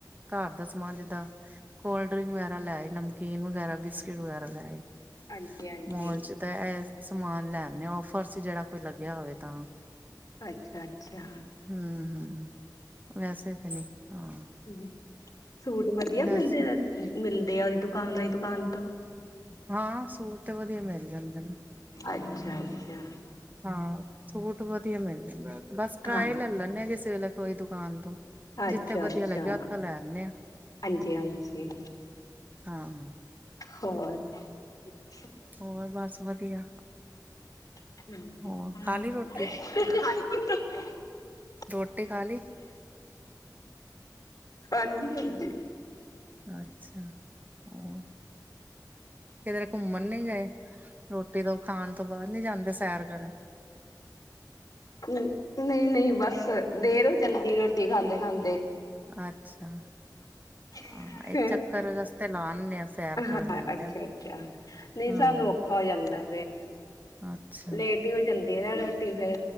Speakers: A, on the right (about 25°); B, on the left (about 55°).
A: ਘਰ ਦਾ ਸਮਾਨ ਜਿੱਦਾਂ ਕੋਲਡ ਡਰਿੰਕ ਵਗੈਰਾ ਲੈ ਆਏ ਨਮਕੀਨ ਵਗੈਰਾ ਬਿਸਕਿਟ ਵਗੈਰਾ ਲੈ ਆਏ
B: ਹਾਂਜੀ ਹਾਂਜੀ
A: ਮੋਲ ਚ, ਤਾਂ ਐ! ਸਮਾਨ ਲੈਦੇ ਆ ਔਫਰ ਚ, ਜਿਹੜਾ ਕੋਈ ਲੱਗਿਆ ਹੋਵੇ ਤਾਂ
B: ਅੱਛਾ ਅੱਛਾ
A: ਹੂੰ ਹੂੰ ਵੈਸੇ ਹਾਂ
B: ਹੂੰ ਸੂਟ ਵਧੀਆ
A: ਵੈਸੇ
B: ਮਿਲਦੇ ਮਿਲਦੇ ਉਹਦੀ ਦੁਕਾਨਾਂ ਦੀ ਦੁਕਾਨ ਤੋਂ
A: ਹਾਂ ਸੂਟ ਤੇ ਵਧੀਆ ਮਿਲ ਜਾਂਦੇ ਨੇ
B: ਅੱਛਾ! ਅੱਛਾ ਅੱਛਾ!
A: ਹਾਂ ਛੋਟ ਵਧਿਆ ਮਿਲ ਜਾਂਦੇ ਬਸ ਟਰਾਈ
B: ਹਾਂ
A: ਲੈ ਲੈਣੇ ਆ ਜ਼ੇ ਕਿਸੇ ਵੇਲੇ ਕੋਈ ਦੁਕਾਨ ਤੋਂ ਜਿੱਥੇ
B: ਅੱਛਾ
A: ਵਧੀਆ
B: ਅੱਛਾ
A: ਲੱਗਿਆ ਉੱਥੋਂ ਲੈ ਆਨੇ ਆ
B: ਹਾਂਜੀ ਹਾਂਜੀ
A: ਹਾਂ
B: ਹੋਰ। ਹ
A: ਹੋਰ ਬਸ ਵਧੀਆ।
B: ਹੂੰ
A: ਹੋਰ ਖਾ ਲਈ ਰੋਟੀ ਰੋਟੀ ਖਾ ਲਈ?
B: ਹਾਂਜੀ। ਹਾਂਜੀ
A: ਹਾਂ ਅੱਛਾ ਹੋਰ? ਕਿਧਰੇ ਘੁੰਮਣ ਨੀ ਗਏ ਰੋਟੀ ਤੋਂ। ਖਾਣ ਤੋਂ ਬਾਅਦ ਨੀ ਜਾਂਦੇ ਸੈਰ ਕਰਨ?
B: ਨਹੀਂ ਨਹੀਂ ਬਸ ਦੇਰ ਹੋ ਜਾਂਦੀ ਰੋਟੀ ਖਾਂਦੇ ਖਾਂਦੇ।
A: ਅੱਛਾ!
B: <inaudible>
A: ਹਾਂ ਇੱਕ ਚੱਕਰ ਵਾਸਤੇ ਲਾ ਆਨੇ ਆ ਸੈਰ
B: ਹਾਂ
A: ਕਰਨ ਜਾਂਦੇ
B: ਅੱਛਾ
A: ਆ
B: ਅੱਛਾ ਨਹੀਂ
A: ਹਾਂ
B: ਸਾਨੂੰ ਔਖਾ ਹੋ ਜਾਂਦਾ ਵੈ
A: ਅੱਛਾ
B: ਲੇਟ ਹੀ ਹੋ ਜਾਂਦੀ ਏ ਨਾ ਰੋ। ਟੀ ਫਿਰ